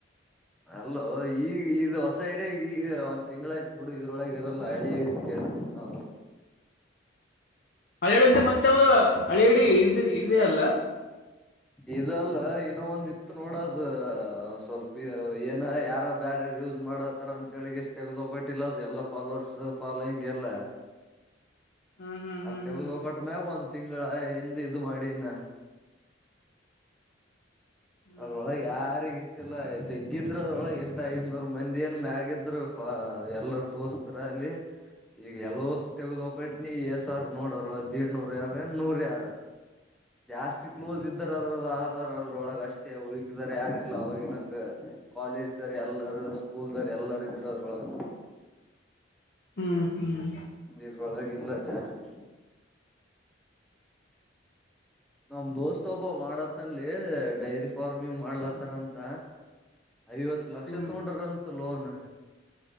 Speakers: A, in the centre; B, on the left.
A: ಅಲ್ಲೋ ಈಗ ಇದು ಹೊಸ ಇಡಿಯ ಈಗ ಒಂದ್ ತಿಂಗ್ಳಾಯ್ತು ಬಿಡು ಇದ್ರೊಳಗೆ ಇರಲ್ಲ ಹಳಿ ಹಿ ಕೇಳ. ಹೌ.
B: <inaudible> ಹಳಿಡ ಮತ್ತೆ್ದ ಹಳಿಡಿ ಇದ ಇದ ಅಲ್ಲ.
A: ಇದಲ್ಲ ಇನ್ನ ಒಂದ ಇತ್ತು ನೋಡದು ಸ್ವಲ್ಪ ಏನ ಯಾರ ಬ್ಯಾರಾರ ಯ ಮಾಡತಾರ ಅಂತ ಹೇಳಿಷ್ಟ ತೆಗ್ದೋಗಟ್ಟಿಲ್ಲ ಅದು ಎಲ್ಲ ಫಾಲೋವರ್ಸ್ ಫಾಲೋಯಿ್ ಎಲ್ಲ.
B: <inaudible> ಹ್ಮ್ ಹ್ಮ್
A: ಅ
B: ಹ್ಮ್
A: ತೆಗ್ದ
B: ಹ್ಮ್
A: ಒಕಟ ಮ್ಯಾಗ ಒಂದ್ ತಿಂಗಗಳ ಹಿಂದ ಇ ಮಾಡಿನ್ನ <inaudible>
B: ಹ್ಮ್
A: ಅದ್ರೊಳಗೆ
B: ಹ್ಮ್ ಹ್ಮ್
A: ಯಾರಿಗ ಇಟ್ಟಿಲ್ಲ ಜಗ್ಗಿದ್ರರು ಅದ್ರೊಳಗೆ. ಇಷ್ಟ್ ಐನೂರ್ ಮಂದಿ ಏನ್ ಮ್ಯಾಗ ಇದ್ರು ಎಲ್ಲರ ದೋಸ್ತರ ಅಲ್ಲಿ ಈಗ ಎಲ್ಲೋ ತೆಗದಕಟ್ನ ಎಸಾರ್ ನೋಡ್ರ ದಡ್ನೂರ್ ಯಾರ ನೂರ್ ಯಾರ ಜಾಸ್ತಿ. ಕ್ಲೋಸ್ ಇದ್ದಾರದ್ರ ಆತರ ಅದ್ರೊಳಗ ಅಷ್ಟೇ ಉಳಕಿದಿದ್ದಾರೆ ಯಾರ ಇಲ್ಲ ಹೋಗಿ ನಂಗಗೆ ಕಾಲೇಜ್ ಇದ್ದರಿ ಎಲ್ಲಾರ
B: ಹ್ಮ್
A: ಸ್ಕೂಲ್ದರ್ ಎಲ್ಲಾರ ಇದ್ರ ಅದ್ರೊಳಗೆ.
B: ಹ್ಮ್ ಹ್ಮ್.
A: ಇದ್ರೊಳಗಿಲ್ಲ ಜಾಸ್ತಿ. ನಮ್ ದೋಸ್ತ್ ಒಬ್ಬ ಮಾಡತ್ತನ್ಲಿ ಡೈರಿ ಫಾರ್ಮಿಂಗ್ ಮಾಡ್ಲತ್ತಾರ ಅಂತ ಐವತ್ತು ಲಕ್ಷ
B: ಹ್ಮ್
A: ತಗೊಂಡ್ರಂತ ಲೋನ್